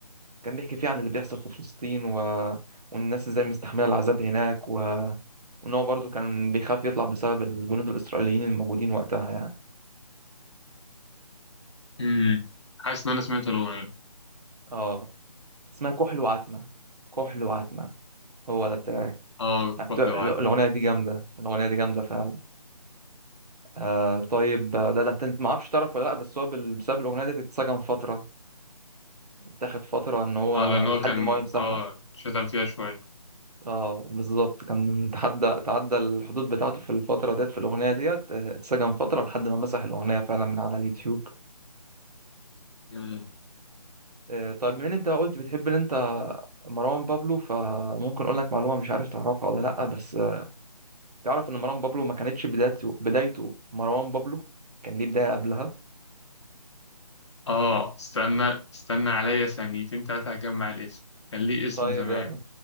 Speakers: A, on the right; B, on the left.
A: كان بيحكي فيه عن اللي بيحصل في فلسطين و... والناس ازاي مستحملة العذاب هناك و... وإن هو برضه كان بيخاف يطلع بسبب الجنود الإسرائيليين الموجودين وقتها يعني
B: امم حاسس ان انا سمعت الاغنيه
A: اه اسمها كحل وعتمة كحل وعتمة هو ده التراك
B: اه
A: أنا كنت-
B: روح لوعدك
A: الأغنية دي جامدة الأغنية دي جامدة فعلا آه طيب آه، لا ده أنت ما اعرفش تعرف ولا لأ بس هو بال- بسبب الأغنية دي اتسجن فترة اتاخد فترة إن هو
B: اه لان
A: لحد
B: هو كان
A: ما هو يمسحها
B: اه شتم فيها شويه
A: اه بالظبط كان تحدى تعدى الحدود بتاعته في الفترة ديت في الأغنية ديت آه، اتسجن فترة لحد ما مسح الأغنية فعلا من على اليوتيوب
B: مم.
A: آه، طيب من انت قلت بتحب ان انت مروان بابلو فممكن اقول لك معلومة مش عارف تعرفها ولا لأ بس آه، تعرف ان مروان بابلو ما كانتش بدايته بدايته مروان بابلو كان ليه بداية قبلها
B: اه استنى استنى عليا ثانيتين تلاته هجمع الاسم كان ليه اسم
A: طيب
B: زمان
A: يلا